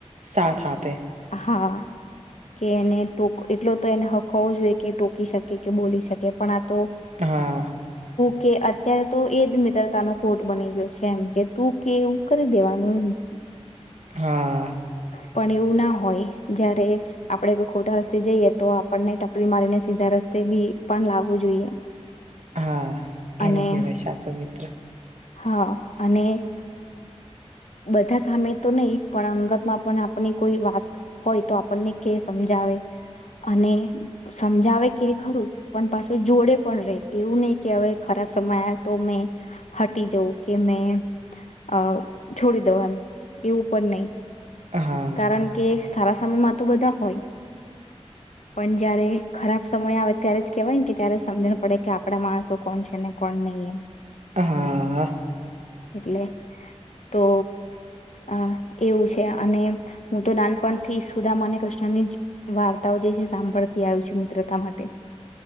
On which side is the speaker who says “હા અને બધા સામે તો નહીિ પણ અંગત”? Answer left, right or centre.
Left